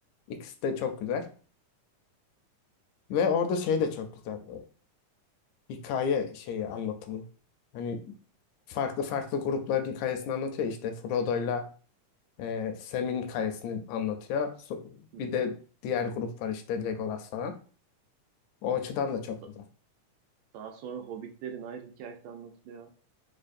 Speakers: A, on the left; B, on the right.
A: İkisi de çok güzel ve orada şey de çok güzel e, hikaye şeyi anlatımı. Hani farklı farklı grupların hikayesini anlatıyor işte Frodo'yla e, Sam'in hikayesini anlatıyor. So-
B: Hı hı.
A: Bir de diğer grup var işte Legolas falan. O açıdan da çok
B: Da-
A: güzel.
B: daha sonra Hobbitlerin ayrı hikayesi anlatılıyor.